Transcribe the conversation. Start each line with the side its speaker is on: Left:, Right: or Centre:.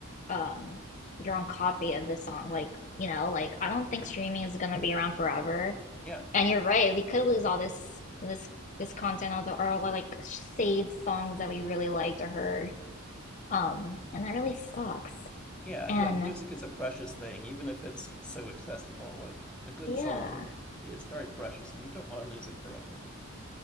Left: um your own copy of the song like you know like i don't think streaming is going to be around forever
Centre: <laughs> yeah,
Left: and you're right we could lose all this this this content or the or all the, like saved songs that we really liked or heard um and that really sucks
Centre: yeah, I
Left: and
Centre: feel like music is a precious thing, even if it's so accessible. Like a good
Left: yeah
Centre: song is very precious and you don't want to lose it forever.